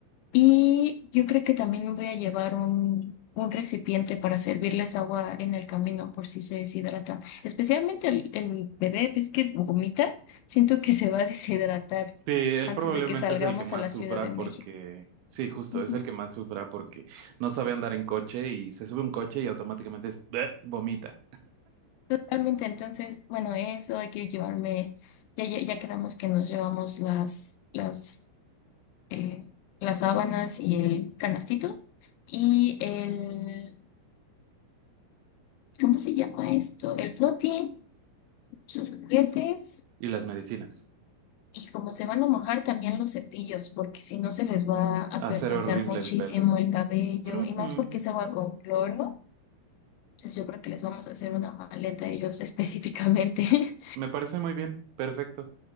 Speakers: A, on the left (about 85°); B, on the right (about 80°).
A: Y yo creo que también me voy a llevar un, un recipiente para servirles agua en el camino por si se deshidratan. Especialmente el, el bebé, ves que vomita, siento que se va a deshidratar
B: Sí, él
A: antes
B: probablemente
A: de que salgamos
B: es el que más
A: a la
B: sufra
A: Ciudad de
B: porque,
A: México.
B: sí, justo,
A: Ujú.
B: es el que más sufra porque no sabe andar en coche y se sube a un coche y automáticamente es- "Bleh", vomita.
A: Totalmente, entonces, bueno, eso hay que llevarme, ya, ya, ya quedamos que nos llevamos las, las, eh, las sábanas y el canastito y el, ¿cómo se llama esto? El floating sus juguetes
B: Y las medicinas.
A: Y como se van a mojar también los cepillos, porque si no se les va a
B: Hacer
A: permasar
B: horrible
A: muchísimo
B: el pelo.
A: el cabello,
B: Ujú.
A: y más porque es agua con cloro. Entonces yo creo que les vamos a hacer una maleta a ellos <laughs> específicamente.
B: Me parece muy bien, perfecto.